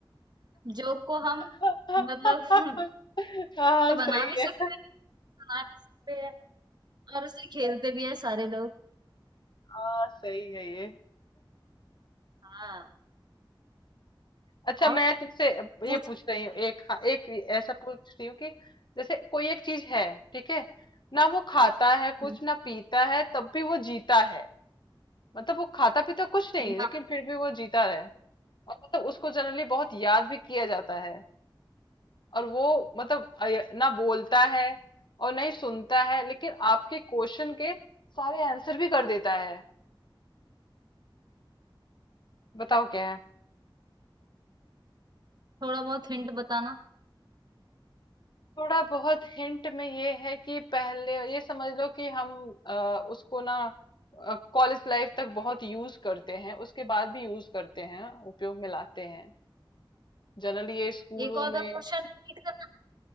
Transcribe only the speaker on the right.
जोक को हम
मतलब <laughs> उसे
बना भी सकते
हैं सुना भी सकते हैं और उसे खेलते भी है सारे लोग
हाँ
और
पूछ
हम्म,
हाँ
थोड़ा बहुत हिंट बताना
एक और
बार क्वेश्चन रिपीट करना